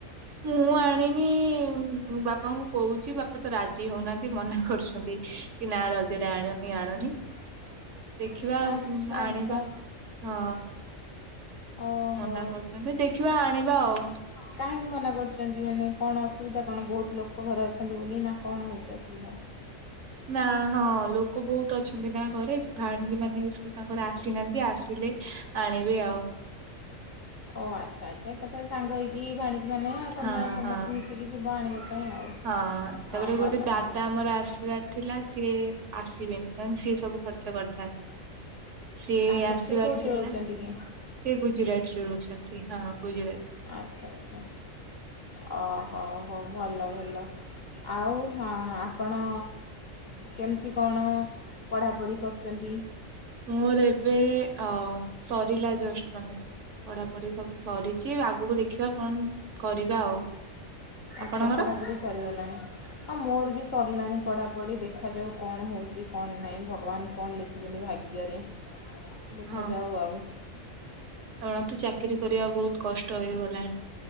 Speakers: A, on the right (about 70°); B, on the left (about 60°).
A: ମୁଁ ଆଣିନି ବାପାଙ୍କୁ କହୁଛି ବାପା ତ ରାଜି ହଉନାହାନ୍ତି ମନା କରୁଛନ୍ତି। କି ନା ରଜରେ ଆଣନି ଆଣନି।
B: <inaudible>
A: ଦେଖିବା ଆଉ
B: ଆଚ୍ଛା ଆଚ୍ଛା
A: ଆଣିବା ହଁ।
B: ଓହୋ।
A: ମନା କରୁଛନ୍ତି ଦେଖିବା ଆଣିବା ଆଉ।
B: କାହିଁକି ମନା କରୁଛନ୍ତି ମାନେ କଣ ଅସୁବିଧା କଣ ବହୁତ ଲୋକ ଘରେ ଅଛନ୍ତି ବୋଲି ନା କଣ ହେଉଛି ଅସୁବିଧା?
A: ନା ହଁ ଲୋକ ବହୁତ ଅଛନ୍ତି ନା ଘରେ ଭାଣେଜୀ ମାନେ ବି ସେ ତାଙ୍କର ଆସିନାହାନ୍ତି ଆସିଲେ ଆଣିବି ଆଉ।
B: ଓ ଆଚ୍ଛା ଆଚ୍ଛା ଏକାଥରେ ସାଙ୍ଗ ହେଇକି ଭାଣିଜି ମାନେ ତମେ
A: ହଁ
B: ସମସ୍ତେ
A: ହଁ।
B: ମିଶିକି ଯିବ ଆଣିବା ପାଇଁ ଆଉ।
A: ହଁ ତାପରେ
B: ଭଲ
A: ଗୋଟେ ଦାଦା
B: ଭଲ
A: ଆମର ଆସିବାର ଥିଲା ସିଏ ଆସିବେନି ନହେଲେ ସିଏ ସବୁ ଖର୍ଚ୍ଚ କରିଥାନ୍ତି। ସିଏ
B: ଆଚ୍ଛା
A: ଆସିବାର
B: ସିଏ କୋଉଠି
A: ଥିଲା
B: ରହୁଛନ୍ତି
A: ସେ
B: କି?
A: ଗୁଜୁରାଟ ରେ ରହୁଛନ୍ତି ହଁ ଗୁଜୁରାଟ
B: ଆଚ୍ଛା ଆଚ୍ଛା ଓ ହଉ ହଉ ଭଲ ଭଲ ଆଉ ହଁ ଆ ଆପଣ କେମିତି କଣ ପଢ଼ାପଢ଼ି କରୁଛନ୍ତି
A: ମୋର ଏବେ ଅ ସରିଲା ଜଷ୍ଟ ମାନେ ପଢାପଢି ସବୁ ସରିଛି ଆଗକୁ ଦେଖିବା କଣ କରିବା ଆଉ ଆପଣଙ୍କର
B: ଆଚ୍ଛା ପଢାପଢି ସରିଗଲାଣି ହଁ ମୋର ବି ସରିଲାଣି ପଢାପଢି ଦେଖାାଯାଉ କଣ ହଉଛି କଣ ନାହିଁ ଭଗବାନ କଣ ଲିଖ କିଜ ଭାଗ୍ୟରେ ଦେଖାଯାଉ
A: ହଁ।
B: ଆଉ
A: କାରଣ ତ ଚାକିରରି କରିବା ବହୁତ କଷ୍ଟ ହେଇଗଲାଣି